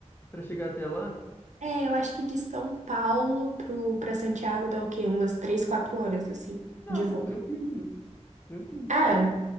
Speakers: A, on the left; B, on the right.
A: Para chegar até lá,
B: É, eu acho que de São Paulo pro, pra Santiago dá o quê? Umas três, quatro horas, assim,
A: ah,
B: de voo.
A: é tranquilo, né? Tranquilo.
B: Ah,